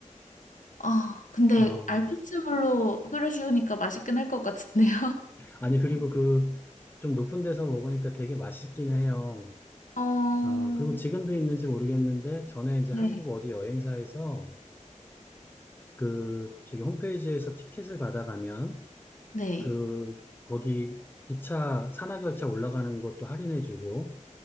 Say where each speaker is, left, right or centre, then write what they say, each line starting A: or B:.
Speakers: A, on the left; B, on the left.
A: 아, 근데
B: 어.
A: 알프스물로 끓여주니까 맛있긴 할 것 같은데요.
B: 아니, 그리고 그, 좀 높은 데서 먹으니까 되게 맛있긴 해요.
A: <laughs> 어,
B: 아, 그리고 지금도 있는지 모르겠는데, 전에 이제
A: 네.
B: 한국 어디 여행사에서 그, 저기 홈페이지에서 티켓을 받아가면,
A: 네.
B: 그, 거기 기차, 산악열차 올라가는 것도 할인해주고,